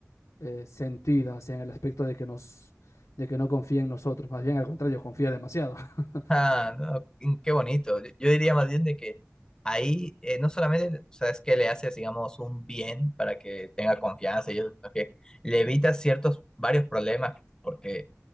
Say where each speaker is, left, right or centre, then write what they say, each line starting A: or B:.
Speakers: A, on the left; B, on the left.
A: eh, sentida, o sea, en el aspecto de que nos, de que no confía en nosotros. Más bien, al contrario, confía demasiado. <laughs>
B: Ah, no, mm, qué bonito. Yo, yo diría más bien de que ahí eh, no solamente, o sea, es que le haces, digamos, un bien para que tenga confianza y eso, sino que le evitas ciertos, varios problemas, porque,